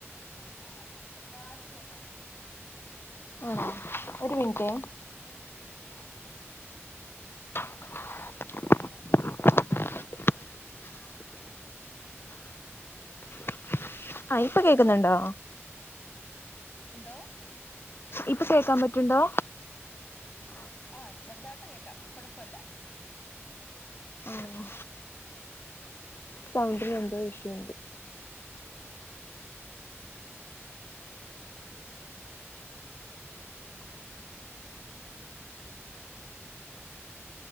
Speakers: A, on the left (about 35°); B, on the left (about 50°).
A: ആഹ് ചെറുതായിട്ട് കേൾക്കാം
B: ആഹ് ഒരു മിനിറ്റ്
A: ആഹ്
B: <inaudible> ആഹ് ഇപ്പൊ കേക്കുന്നുണ്ടോ
A: എന്തോ
B: ഇപ്പൊ കേക്കാൻ പറ്റുണ്ടോ
A: ആഹ് ചെറുതായിട്ട് കേൾക്കാം കൊഴപ്പില്ല
B: ആഹ് സൗണ്ടിന് എന്തോ ഇഷ്യൂ ഉണ്ട്